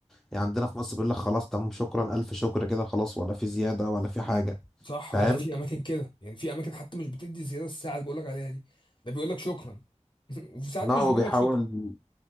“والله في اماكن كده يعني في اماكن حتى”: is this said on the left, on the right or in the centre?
Left